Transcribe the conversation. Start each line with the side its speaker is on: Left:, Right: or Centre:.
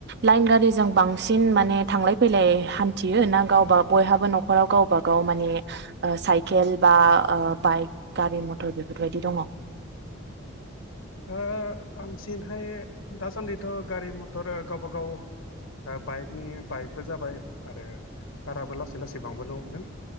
Right: लाइन गारिजों बांसिन माने थांलाय फैलाय हान्थियो ना गावबा बयहाबो न'खराव गावबा गाव माने ओ साइकेल बा ओ बाइक गारि मथर बेफोरबायदि दङ?
Left: ओ बांसिनहाय दासान्दिथ' गारि मथर गावबागाव ओ बाइकनि बाइकबो जाबाय आरो काराबो लासै लासै बांबोनो हमदों ‌‌।